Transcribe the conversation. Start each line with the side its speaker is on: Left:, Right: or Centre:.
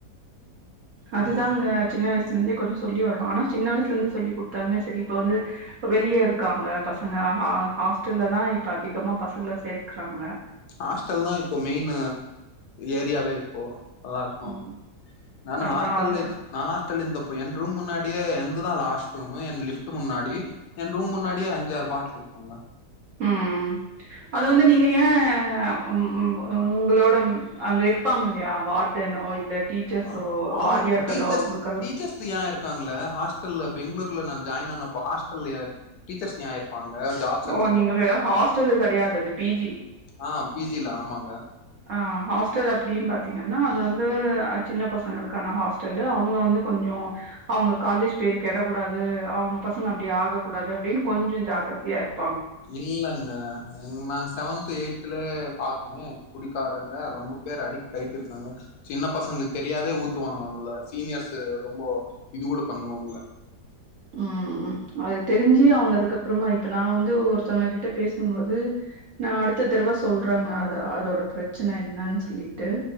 Right: அது
Left: ம்
Right: தாங்க சின்ன வயசு சின்னவயசுல இருந்தே கொஞ்ச சொல்லி வரணும் ஆனா சின்ன வயசுல இருந்து சொல்லி கொடுத்தாலுமே சேரி இப்ப வந்து வெளியே இருக்காங்க பசங்க ஹ ஹாஸ்டல்ல தான் இப்ப அதிகமா பசங்களை சேர்க்கறாங்க
Left: ஹாஸ்டல் தான் இப்போ மெயின் ஏரியாவே ஓ நல்லா இருக்குகோ
Right: ம்
Left: நானும்
Right: அதா
Left: ஹாஸ்டல்ல
Right: அதா
Left: நா இருந்தப்போ என் ரூம் முன்னாடியே எனதுதான் லாஸ்ட் ரூம் என் லிப்ட் முன்னாடி என் ரூம் முன்னாடியே அஞ்சு ஆறு பாட்டில் இருக்குங்க
Right: உம் அது வந்து நீங்க ஏன் உம் உம் உங்களோட அங்க இருப்பாங்க இல்லையா வார்டனோ இல்ல டீச்சர்ஸோ
Left: அ ஆங்
Right: வாத்தியார்களோ
Left: டீச்சர்ஸ்
Right: அவங்களுக்கெல்லா
Left: டீச்சர்ஸ் ஏன் இருக்காங்கள ஹாஸ்டல்ல பெங்களூர் ல நான் ஜாயின் ஆண்ணப்ப ஹாஸ்டல் டீச்சர்ஸ் ஆயிருக்கு ப்பங்க ஜாப் சர்ச்சிங்
Right: ஓ நீங்க ஹாஸ்டலு கெடையாது அது பி ஜி
Left: ஆஹ் பீ ஜில ஆமாங்க
Right: ஆஹ் ஹாஸ்டல் அப்டினு பாத் பாதீங்கனா அது வந்து சின்ன பசங்களுக்கான ஹாஸ்டலு அவங்க வந்து கொஞ்ச அவங்க காலேஜ் பேரு கிடக்க கூடாது அவங்க பசங்க அப்படி ஆகக்கூடாது அப்படின்னு கொஞ்சோ ஜாக்கிரதையா இருக்கு
Left: இல்லங்க நா செவன்த் எய்துலா பாத்தமே குடிக்காரவங்க ரொம்ப பேர் அடிக்ட் ஆயிட்டு இருக்காங்க சின்ன பசங்களுக்கு தெரியாதே ஊத்துவாங்க அவங்கள சீனியர்ஸ் ரொம்ப இது கூட பண்ணுவாங்கலா
Right: உம் அது தெரிஞ்சு அவங்க அதுக்கப்பற அப்புறமா இப்ப நான் வந்து ஒருத்தவங்க கிட்ட பேசும்போது நான் அடுத்த தடவை சொல்றாங்க அத அதோட பிரச்சனை என்னனு சொல்லி ட்டு